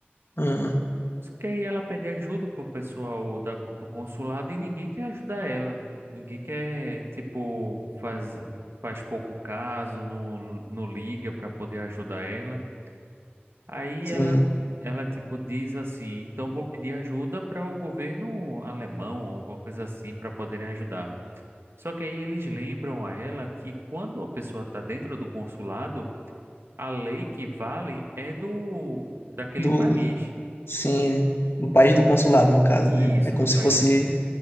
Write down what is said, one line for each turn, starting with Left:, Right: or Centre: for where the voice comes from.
Left: Hum,
Right: Só que aí ela pede ajuda pro pessoal da- do consulado e ninguém quer ajudar ela. Ninguém quer, tipo, faz, faz pouco caso, não, não liga para poder ajudar ela. Aí
Left: sim.
Right: ela, ela, tipo, diz assim: então vou pedir ajuda para o governo alemão, alguma coisa assim, para poderem ajudar. Só que aí eles lembram a ela que quando a pessoa está dentro do consulado, a lei que vale é do daquele
Left: Do,
Right: país.
Left: do- sim, do país do consulado, no caso,
Right: Isso,
Left: né? É como
Right: do
Left: se
Right: país
Left: fosse,
Right: do.